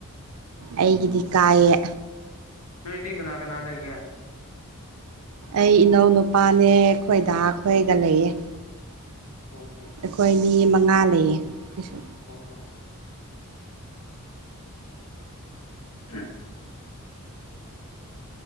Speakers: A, on the right (about 75°); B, on the left (about 85°).
A: ꯑꯩꯒꯤꯗꯤ ꯀꯥꯏꯌꯦ
B: ꯅꯣꯏꯗꯤ ꯀꯅꯥ ꯀꯅꯥ ꯂꯩ
A: ꯑꯩ ꯏꯅꯥꯎ ꯅꯨꯄꯥꯅꯦ ꯑꯩꯈꯣꯏꯗ ꯈꯣꯏꯒ ꯂꯩꯌꯦ
B: ꯍꯝ ꯍꯝ
A: ꯑꯩꯈꯣꯏ ꯃꯤ ꯃꯉꯥ ꯂꯩꯌꯦ ꯑꯩꯈꯣꯏꯁꯨ
B: ꯑꯣ <unintelligible>